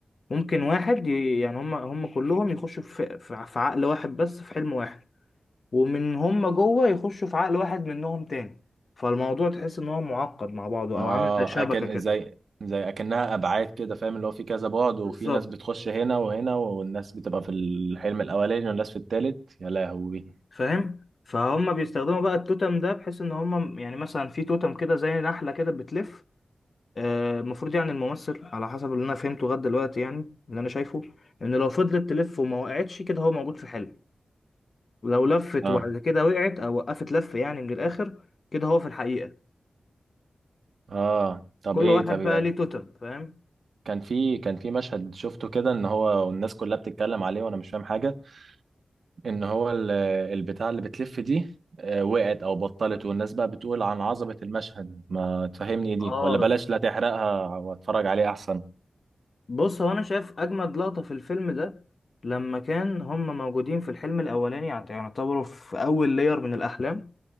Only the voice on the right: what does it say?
اه
اكن
زي زي اكنها ابعاد كده فاهم اللي هو في كذا بعد وفي
ناس بتخش هنا وهنا والناس بتبقى في الحلم الاولاني والناس في التالت يا لهوي
اه
اه طب
ايه
طب يعني
كان في كان في مشهد شفته كده ان هو والناس كلها بتتكلم عليه وانا مش فاهم حاجة ان هو ال- البتاع اللي بتلف دي آه، وقعت او بطلت والناس بقى بتقول عن عظمة المشهد ما تفهمني ايه دي
ولا بلاش لا تحرقها واتفرج عليه احسن